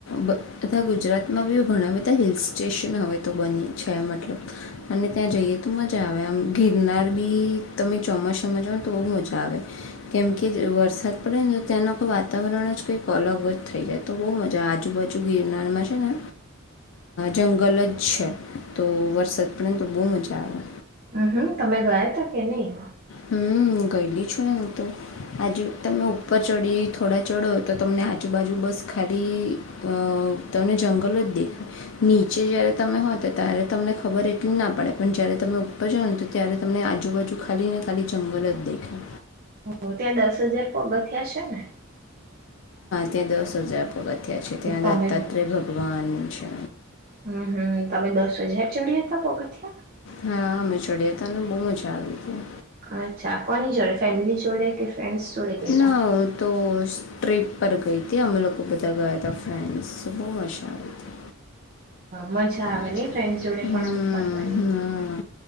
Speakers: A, on the left; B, on the right.
A: બધા ગુજરાતમાં બી ઘણા બધા હિલ સ્ટેશન હવે તો બની છે મતલબ અને ત્યાં જઈએ તો મજા આવે આમ ગિરનાર બી તમે ચોમાસામાં જઓને તો બ મજા આવે કેમ કે વરસાદ પડે ને તેના વાતાવરણ જ કંઈક અલગ જ થઈ જાય તો બહુ મજા આજુબાજુ ગિરનારમાં છે ને જંગલ જ છે તો વરસાદ પડે ને તો બહુ મજા આવે
B: હમ હમ તમે ગયા ત કે નહી
A: હમ ગયલી છું ને હું તોું આજુ તમે ઉપર ચડી થોડા ચડો તો તમને આજુબાજુ બસ ખાલી તમને જંગલો જ દેખાય નીચે જય્યારે તમે હો તો ત્યારે તમને ખબર એટલી જ ના પડે પણ જય્યારે તમે ઉપર જાઓ ને તો ત્યારે તમને આજુબાજુ ખાલીને ખાલી જંગલ જ દેખા
B: ઓ ત્યાં દસ હજાર પગ થ છે ને
A: તે દસ હજાર પગત ત્યાં છે ત્યાં
B: તમે
A: દત્તાત્રેય ભગવાન છે
B: હમ હમ તમે દસ હજાર ચડ્યા હતા પગથિયા
A: હા અમે ચડ્યા હતા અનેને બહુ મજા આવી હતી
B: અચ્છા કોની જોડે ફેમિલી જોડે કે ફ્રેન્ડ્સ જોડે ગયેલા
A: ના તો સ્ટપ પર ગઈ હતી અમે લોકો બધા ગયા હતા ફ્રેન્સ બહુ મજા આવી હતી
B: મજા આવે
A: હમ
B: આવેની ટાઈમ જોડે પણ આમ ફરવાની
A: હા